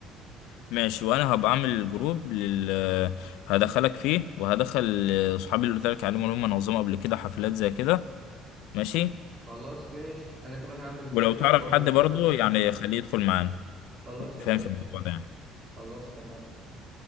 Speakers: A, on the left; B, on the right.
A: ماشي وانا هبقى اعمل جروب لل هدخلك فيه وهدخل اصحابي اللي قلت لك عليهم اللي هم نظموا قبل كده حفلات زي كده ماشي
B: خلاص ماشي انا كمان هعمل
A: ولو
B: كده
A: تعرف
B: وابقى اضيف
A: حد برضه
B: اصحابي
A: يعني خليه يدخل معانا
B: خلاص يا
A: فاهم
B: باشا
A: في الموضوع ده يعني
B: خلاص اتفقنا